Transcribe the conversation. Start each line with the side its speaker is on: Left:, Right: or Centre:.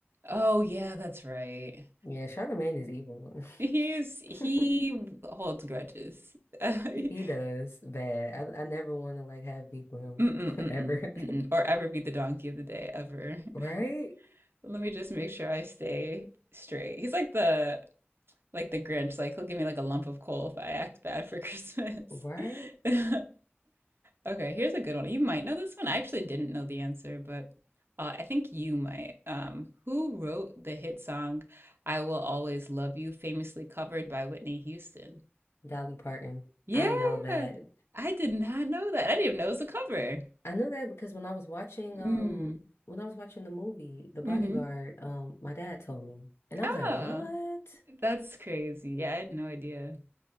Right: Oh yeah, that's right.
Left: Yeah, Charlemagne is evil.
Right: He's he
Left: <laughs>
Right: holds grudges. <laughs> Mm-mm,
Left: He, he does bad. I, I never want to like have beef with him
Right: mm-mm,
Left: <laughs> ever.
Right: mm-mm,
Left: <laughs>
Right: or ever be the donkey of the day ever.
Left: Right?
Right: <laughs> Let me just make sure I stay straight. He's like the like the Grinch, like he'll give me like a lump of coal if I act bad for <laughs> Christmas.
Left: Right?
Right: <laughs> Okay, here's a good one. You might know this one. I actually didn't know the answer, but uh, I think you might. Um, who wrote the hit song "I Will Always Love You," famously covered by Whitney Houston?
Left: Dolly Parton.
Right: Yeah,
Left: I know that.
Right: I did not know that. I didn't even know it was a cover.
Left: I know that because when I was watching um
Right: Mm,
Left: when I was watching the movie The Bodyguard,
Right: mm-hmm.
Left: um my dad told me. And I
Right: Oh,
Left: was like, "What?"
Right: that's crazy. Yeah, I had no idea.